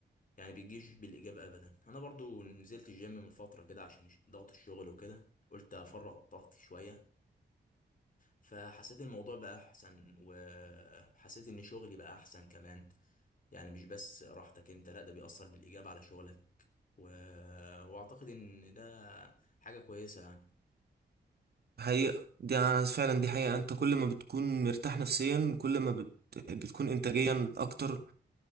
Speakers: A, on the left; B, on the right.
A: يعني بيجيش بالاجابه ابدا انا برضو نزلت الجيم من فتره كده عشان ضغط الشغل وكده قلت افرغ طاقتي شويه فحسيت الموضوع بقى احسن وحسيت ان شغلي بقى احسن كمان يعني مش بس راحتك انت لا ده بيأثر بالاجابه على شغلك و... واعتقد ان ده حاجه كويسه يعني
B: حقيقه دي انا فعلا دي حقيقه انت كل ما بتكون مرتاح نفسيا كل ما بت... بتكون انتاجيا اكتر